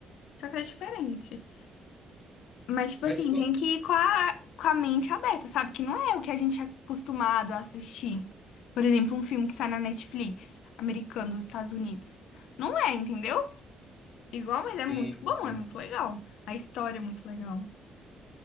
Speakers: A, on the left; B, on the left.
A: Só que é diferente. Mas, tipo
B: Mas.
A: assim,
B: qual-
A: tem que ir com a, com a mente aberta, sabe? Que não é o que a gente é acostumado a assistir. Por exemplo, um filme que sai na Netflix, americano dos Estados Unidos. Não é, entendeu? Igual, mas
B: Sim,
A: é muito bom,
B: sim.
A: é muito legal. A história é muito legal.